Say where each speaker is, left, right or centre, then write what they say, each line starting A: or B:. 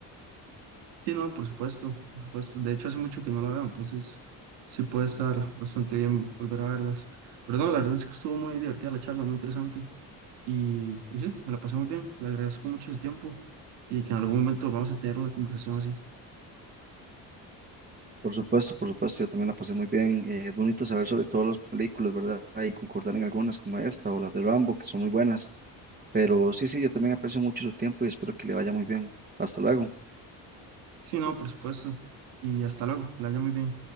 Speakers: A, on the right; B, on the right.
A: Sí, no, por supuesto, por supuesto. De hecho, hace mucho que no la veo, entonces sí puede estar bastante bien volver a verlas. Pero no, la verdad es que estuvo muy divertida la charla, muy interesante. Y, y sí, me la pasé muy bien. Le agradezco mucho su tiempo y que en algún momento vamos a tener una conversación así.
B: Por supuesto, por supuesto, yo también la pasé muy bien. Eh, es bonito saber sobre todas las películas, ¿verdad? Y concordar en algunas como esta o las de Rambo, que son muy buenas. Pero sí, sí, yo también aprecio mucho su tiempo y espero que le vaya muy bien. Hasta luego.
A: Sí, no, por supuesto. Y hasta luego, que la haya muy bien.